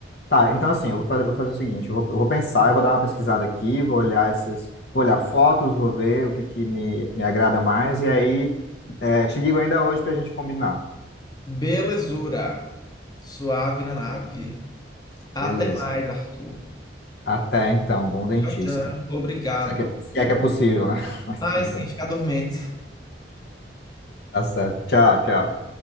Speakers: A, on the left; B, on the left.
A: Tá, então assim, eu vou fazer, vou fazer o seguinte, eu vou, eu vou pensar, eu vou dar uma pesquisada aqui, vou olhar esses, vou olhar fotos, vou ver o que que me, me agrada mais, e aí é, te ligo ainda hoje pra gente combinar.
B: Belezura, suave na nave. Até
A: Beleza.
B: mais, Arthur.
A: Até então, bom dentista.
B: Tchau, tchau. Obrigado.
A: Se é que, se é que é possível, né? <laughs> Mas
B: Ai,
A: tudo
B: sim,
A: bem.
B: fica dormente.
A: Tá certo. Tchau, tchau.